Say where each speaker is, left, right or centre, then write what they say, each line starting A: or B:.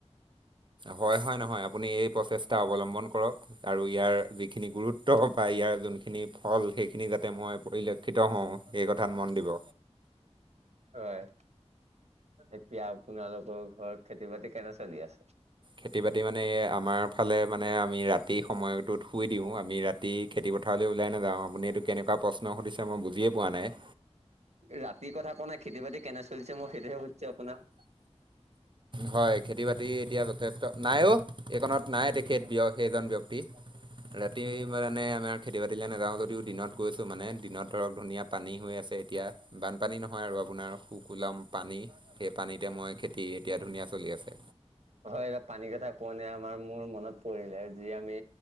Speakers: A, on the right (about 45°); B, on the right (about 75°).
A: হয় হয় নহয় আপুনি এই প্ৰচেষ্টা অৱলম্বন কৰক। আৰু ইয়াৰ যিখিনি গুৰুত্ব বা ইয়াৰ যোনখিনি ফল সেইখিনি যাতে মই পৰিলক্ষিত হওঁ। এই কথাত মন দিব।
B: হয়, এতিয়া আপোনালোকৰ ঘৰত খেতি বাতি কেনে চলি আছে?
A: খেতি বাতি মানে এই আমাৰ ফালে মানে আমি ৰাতি সময়টোত শুই দিওঁ। আমি ৰাত- খেতি -খেতি পথাৰলৈ ওলাই নাযাওঁ, আপুনি এইটো কেনেকুৱা প্ৰশ্ন সুধিছে মই বুজিয়ে পোৱা নাই?
B: ৰাতিৰ কথা কোৱা নাই, খেতি বাতি কেনে চলিছে মই সেইটোহে সুধিছো আপোনাক?
A: হয় খেতি বাতি এতিয়া যথেষ্ট নাই অ এইকণত নাই তেখেত ব্যয় সেইজন ব্যক্তি। ৰাতি মানে আমাৰ খেতি বাতিলে নাযাওঁ যদিও দিনত গৈছোঁ মানে, দিনত ধৰক ধুনীয়া। পানী হৈ আছে এতিয়া বানপানী নহয় আৰু আপোনাৰ শুকোলাম পানী, সেই পানীতে মই খেতি এতিয়া ধুনীয়া চলি আছে।
B: হয়, এ পানীকেইটা পণে আমাৰ মোৰ মনত পৰিলে যি আমি